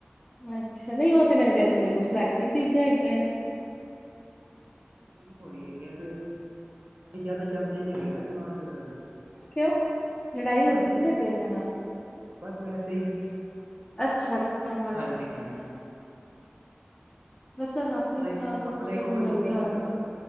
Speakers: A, on the left; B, on the right.
A: ਅੱਛਾ, ਨਈਂ ਓ
B: ਹਾਂਜੀ
A: ਤੇ ਮੇਨੂੰ ਕੈਂਦੇ ਕੋਲ ਸੈਲੈਕਟੀਟ ਚੀਜਾ ਹੈਗੀਆਂ ਨੇ।
B: ਐਹੀ ਹੋਣੀ ਹੈਗੀ ਆ ਫੇਰ, ਅਸੀ ਜਾਦਾ ਜਾਦੇ ਨੀ ਹੈਗੇ ਨਾ ਦੁਕਾਨ ਤੇ ਓਨਾ ਦੀ।
A: ਕਯੋ, ਲੜਾਈ ਹੋਗੀ
B: ਬਸ
A: ਕੇ
B: ਵੈਸ
A: ਤੁਆਡੀ ਓਨਾ ਨਾਲ?
B: ਬਸ ਵੈਸੇ ਈ,
A: ਅੱਛਾ-ਅੱਛਾ ਬਸ
B: ਹਾਂਜੀ-ਹਾਂਜੀ।
A: ਬਸ, ਤੁਆਨੁ
B: ਹੁਣ
A: ਅਪਨੀ
B: ਆਪਣਾ
A: ਦੁਕਾਨ
B: ਹੀ
A: ਤੋ
B: ਆਪਣਾ
A: ਫੂਰਸਤ
B: ਹੀ ਖੋਲ
A: ਨ ਮਿਲਦੀ
B: ਲਿੱਤਾ
A: ਹੋਣੀ।
B: ਹੈਗਾ ਨਾ